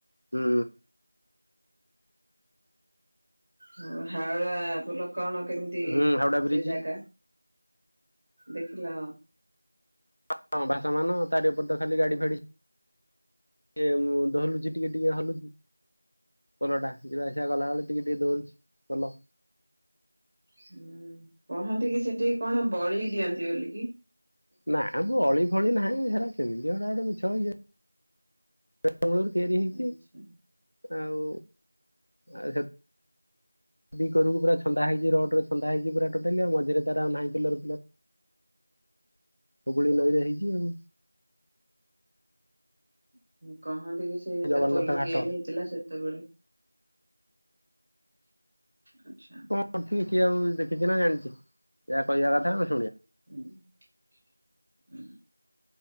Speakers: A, on the left (about 55°); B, on the right (about 30°).
A: ହୁଁ
B: <unintelligible> କେମିତି
A: ହୁଁ ହାଉଡା ବ୍ରିଜ
B: ସେ ଜାଗା? ଦେଖିଲ?
A: ହଁ ହଁ ବାସ ମାନ ତାରି ଉପରେ ତ ଖାଲି ଗାଡ଼ି ଫାଡ଼ି ଈ ଦୋହଲୁଛି ଟିକେ ଟିକେ ହଲୁଛି ପୋଲଟା ଯିବା ଆସିବା କଲାବେଳେ ଟିକେ ଟିକେ ଦୋହଲୁଛି ପୋଲ।
B: ହୁଁ କହନ୍ତି କି ସେଠିକି କଣ ବଳି ି ଆନ୍ତି ବଲ କିି
A: ନା ବଳି ଫଳି ନାହିଁ ସେରା କେମିତି ଗୁଡା ଗୋଟେ ମିଛ <unintelligible> ମୂଲରୁ ତିଆରି ହେଇଛି।
B: ଆଚ୍ଛା।
A: ଆଉ ଆ ଦି କରକୁ ପୁରା ଛନ୍ଦା ହେଇଛି ରଡରେ ଛନ୍ଦା ହେଇଛି ପୁରା ଟୋଟାଲି ଆଉ ମଝିରେ ତାରା ନାହିଁ ପିଲର୍ ହୁଗୁଳି ନଈରେ ହେଇ ହୁଁ।
B: <unintelligible> <unintelligible> ସେ ଯେତେ
A: ଜଗନ୍ନାଥ
B: ପୋଲ
A: ଘାଟ
B: ତିଆରି ହେଇଥିଲା ସେ ସେତେବେଳେ ଆଚ୍ଛା।
A: କଣ କରଥିବେ କିଏ ଆଉ ଦେଖିଛି ନା ଜାଣିଛି ଯାହା କହିବା କଥା କ
B: ହୁଁ ହୁଁ।